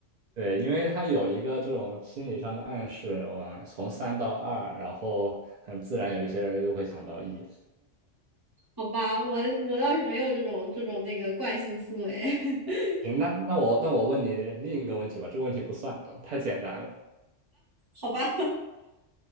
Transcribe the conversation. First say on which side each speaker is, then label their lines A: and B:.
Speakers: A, on the right; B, on the right.
A: 对，因为他有一个这种心理上的暗示，哇，从三到二，然后很自然有一些人就会想到一。
B: 好吧，我我倒是没有这种这种那个惯性思维，<laughs>
A: 行，那那我那我问你另一个问题吧，这个问题不算，太简单了。
B: 好吧，